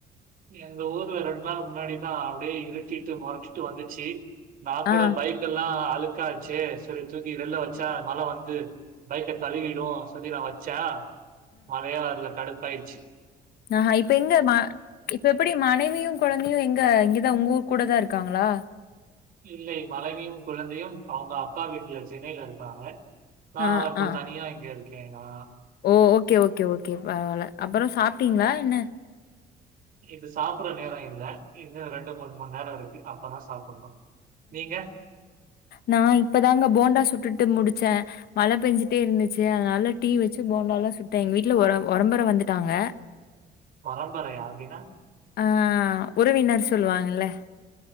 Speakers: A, on the right (about 55°); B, on the left (about 65°).
A: எங்க ஊர்ல ரெண்டு நாள் முன்னாடிதா அப்டியே இருட்டிட்டு மொறைச்சிட்டு வந்துச்சி நா கூட
B: ஆ
A: பைக் குல்லா அழுக்காச்சே செரி தூக்கி வெள்ல வச்சா மழ வந்து பைக்க கழுவிடு சொல்லி நா வச்சா மழையே வர்ல கடுப்பாயிடுச்சி
B: அ ஹ இப்ப எங்க மா இப்ப எப்டி மனைவியு குழந்தையு எங்க இங்கதா உங்க கூட தா இருக்காங்களா
A: இல்லை மனைவியும் குழந்தையும் அவங்க அக்கா வீட்ல சென்னையில இருக்காங்க நா
B: ஆ
A: வ இப்போ
B: ஆ
A: தனியா இங்க இருக்கே நா
B: ஓ ஓகே ஓகே ஓகே பரவால்ல அப்பறோ சாப்ட்டீங்களா என்ன
A: இது சாப்புட்ற நேரோயில்ல இன்னு ரெண்டு மூன் மண் நேரோ இருக்கு அப்போதா சாப்புட்ணு நீங்க
B: நா இப்போதாங்க போண்டா சுட்டுட்டு முடிச்சே மழ பெஞ்சுட்டே இருந்துச்சு அதனால டீ வச்சு போண்டால்லா சுட்டே எங்க வீட்ல ஒரம் ஒரம்பற வந்துட்டாங்க
A: ஒரம்பரையா அப்டின்னா
B: அ உறவினர் சொல்லுவாங்கல்ல